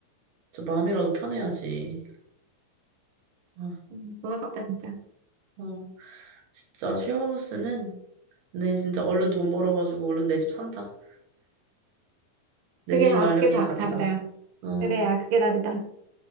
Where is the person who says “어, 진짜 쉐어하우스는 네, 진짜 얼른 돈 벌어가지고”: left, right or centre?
Right